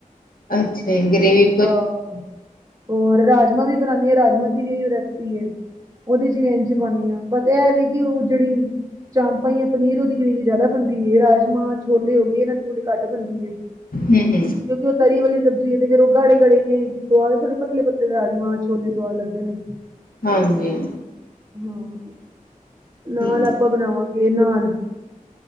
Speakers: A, on the left (about 85°); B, on the right (about 25°).
A: ਅੱਛਾ ਈ ਗ੍ਰੇਵੀ
B: ਆਹ ਹੋਰ ਰਾਜਮਾਂ ਵੀ ਬਣਾਨੀ ਆ ਰਾਜਮਾਂ ਦੀ ਵੀ ਇਹੀ ਰੈਸਪੀ ਏ। ਉਹਦੇ 'ਚ ਵੀ ਇੰਝ ਪਾਣੀ ਆਂ ਬਸ ਇਹ ਵੀ ਕਿ ਓ ਜਿਹੜੀ ਚਾਂਪਾਂ ਜਾਂ ਪਨੀਰ ਉਹਦੀ ਗ੍ਰੇਵੀ ਜਾਦਾ ਬਣਦੀ ਏ ਰਾਜਮਾਂ ਛੋਲੇ ਹੋ ਗਏ ਇਹਨਾਂ ਦੀ ਥੋੜੀ ਘੱਟ ਬਣਦੀ ਏ।
A: ਹੂੰ-ਹੂੰ
B: ਕਿਉਂਕਿ ਉਹ ਤਰੀ ਵਾਲੀ ਸਬਜ਼ੀ ਹੈ ਫਿਰ ਗਾੜੇ-ਗਾੜੇ ਨੇ ਸਵਾਦ ਥੋੜੇ ਪਤਲੇ-ਪਤਲੇ ਰਾਜਮਾਂ ਛੋਲੇ ਸਵਾਦ ਲੱਗਦੇ ਨੇ।
A: ਹਾਂਜੀ।
B: ਹਾਂ ਨਾਲ
A: ਠੀਕ।
B: ਆਪਾਂ ਬਣਾਵਾਂਗੇ ਨਾਨ